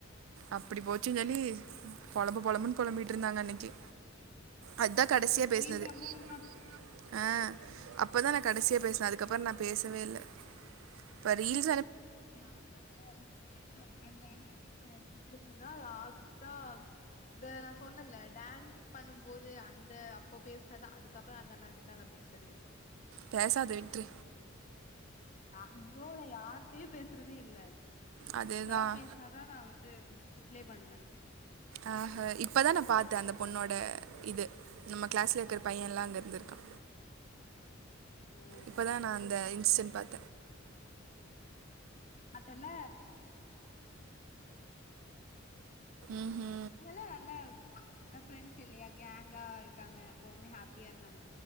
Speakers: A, on the right; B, on the left.
A: அப்படி போச்சுன்னு சொல்லி பொலம்பு பொலம்புனு பொலம்பிட்டு இருந்தாங்க அன்னிக்கி அதான் கடைசியா
B: இது பெரிய
A: பேசினது
B: சம்பவம்
A: <inaudible>
B: தா
A: ஆஹ் அப்பதா நா கடைசியா பேசினே அதுக்கப்புறோ நா பேசவேல்ல ப்ப ரீல்
B: நான் வந்து குண்டான அந்த அண்ணா கிட்ட இப்பதா லாஸ்ட்டா இந்த நா சொன்னல டான்ஸ் பண்ணும்போது அந்த அப்போ பேசுனதா அதுக்கப்புறோ அந்த அண்ணா <unintelligible> பேசுனதேல்ல
A: பேசாத விட்ரு
B: நா ஐயோ நா யார்ட்டயும் பேசுறதே இல்ல
A: அதுதான்
B: அவங்களா பேசுனாதான் நான் வந்து ரிப்ளே பண்ணுவே
A: ஆஹ்ஹா இப்பதா நா பாத்த அந்த பொண்ணோட இது நம்ம கிளாஸ்ல இருக்கிற பைய எல்லா அங்க இருந்துருக்கா
B: ஓ
A: இப்பதா
B: ஆமா
A: நா அந்த இன்சிடென்ட் பாத்
B: பாத்தல்ல
A: ம்ஹ்ம்
B: <unintelligible> நல்லா இந்த ஃபிரெண்ட்ஸ் இல்லயா கேங்கா இருக்காங்க எப்பவுமே ஹாப்பியா இருக்காங்க